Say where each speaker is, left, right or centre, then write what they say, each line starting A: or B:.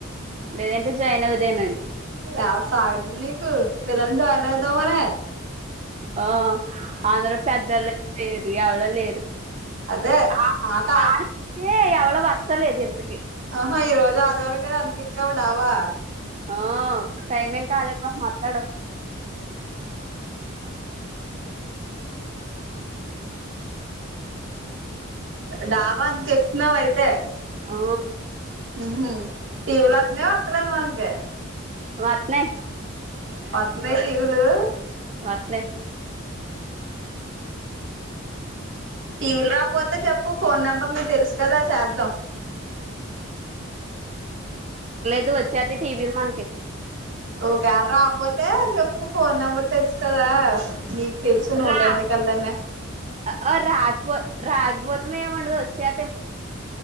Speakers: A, on the right; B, on the right.
A: లేదంటే జాయిన్ అవుదానని
B: అలా సాగుతోంది నీకు లేదంటే జాయిన్ అయిదామనే
A: ఆ అందరు పెద్దోల్లు లేరు ఎళ్ళ లేరు
B: అదే
A: ఆ
B: ఆట
A: ఆడితే ఎవడో వత్తలేదు ఇంటికి
B: ఆహా ఈ రోజు ఆదివారం కదా అందుకొచ్చావా డాబా
A: ఆ టైమేం కాల పాపము ఒత్తాడు
B: డాబ అందుకు ఎక్కుతున్నావు అయితే
A: ఓ
B: ఉమ్ టీవీలో వతుందా వత్త లేదా మనకి
A: వత్తనా
B: వత్తుందా టీవీలు
A: వత్తున్న
B: టీవీలు రాకపోతే చెప్పు ఫోన్ నెంబర్ నీకు తెలుసు కదా చేద్దాం
A: అక్కర్లేదు వచ్చేతాయి టీవీలు మనవి
B: ఒకేళ రాకపోతే చెప్పు ఫోన్ నెంబర్ తెలుసు కదా నీకు తెలుసు నూటెంట
A: రా
B: కల్దన్న
A: ఆహో రాకపో రాకపోతమేమంట దో వచ్చా